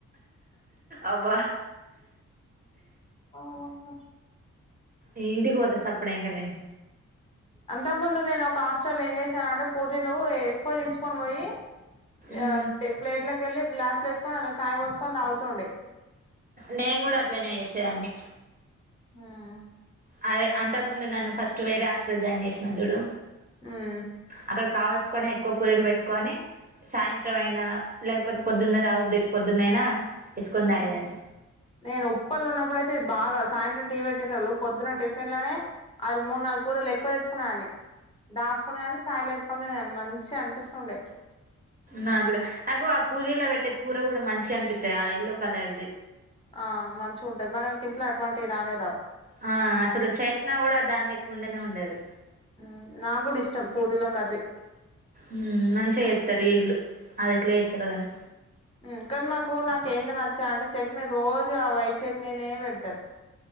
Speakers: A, on the right; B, on the left.
A: అబ్బ
B: ఓహో
A: ఇ ఇంటికి పోత సప్పుడెంక నేను
B: అంతకుముందు నేను ఒక హాస్టలో ఏం చేశానంటే పూరీలు ఎక్కువ తీసుకొని పోయి ఇగా
A: మ్మ్
B: పే ప్లేట్లకెళ్ళి గ్లాస్ల ఏసుకొని అల్ల చాయి పోసుకొని తాగుతుండే
A: నేను గూడ అట్లనే చేసేదాన్ని
B: ఉమ్
A: అదే అంతకు ముందు నన్ను ఫస్ట్ వేరే హాస్టల్ లొ జాయిన్ చజేసినవ్ జూడు
B: ఉమ్
A: అక్కడ కావల్సుకొని ఎక్కువ పూరీలు పెట్టుకొని సాయంత్రం అయినా లేకపోతే పొద్దున్న దాగబుద్దయితే పొద్దున్నయినా ఏసుకొని తాగేదాన్ని
B: ఉమ్ నేను ఉప్పల్ల ఉన్నప్పుడయితే ఇది బాగా సాయంత్రం టీ పెట్టేటోళ్ళు పొద్దున్న టిఫిన్ లనే ఆళ్ళ మూడు నాలుగు పూరిలు ఎక్కువ తెేచ్చుకునేదాన్ని దాసుకునే దాన్ని చాయిలేసుకొని తినేదాన్ని మంచిగనిపిస్తుండే
A: నాగ్గుడా నాకు ఆ పూరీలో పెట్టే కూర కూడ మంచిగనిపిత్తది ఆ ఎల్లో కలర్ది
B: ఆ మంచిగుంటది మనకింట్ల అటువంటివి రానే రావు
A: ఆ అసలు చేసినా గూడ దాని లెక్క ఉండనే ఉండది
B: ఉమ్ నాగ్గుడా ఇష్టం పూరిల కర్రీ
A: ఉమ్ మంచిగ జెత్తరు ఈల్లు అది ఎట్ల జేత్తరో కని
B: ఉమ్ కనీ మాకు నాకు ఏంది నచ్చదంటే చట్నీ రోజు ఆ వైట్ చట్నీనే పెడతరు